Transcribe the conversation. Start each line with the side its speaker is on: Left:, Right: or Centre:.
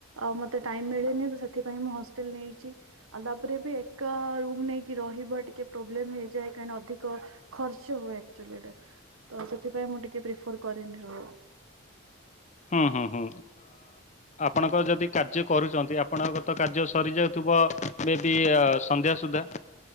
Right: ଆଉ ମତେ ଟାଇ ମିଳେନି ତ ସେଥିପାଇଁ ମୁଁ ହଷ୍ଟେଲ ନେଇଛି। ଆଉ ତାପରେ ବି ଏକା ରୁମ ନେଇକି ରହିବା ଟିକେ ପ୍ରୋବ୍ଲେମ ହେଇଯାଏ କାହିଁ ନା ଅଧିକ। ଖର୍ଚ୍ଚ ହୁଏଚୁରେ ତ ସେଥିପାଇଁ ମୁଁ ଟିକେ ପ୍ରିଫର କରିନି ରହ।
Left: ହୁଁ ହୁଁ ହୁଁ ଆପଣଙ୍କ ଯଦି କାର୍ଯ୍ୟ କରୁଛନ୍ତି ଆପଣଙ୍କର ତ କାର୍ଯ୍ୟ ସରିଯାଉଥିବ ମେବ ସନ୍ଧ୍ୟା ସୁଦ୍ଧା।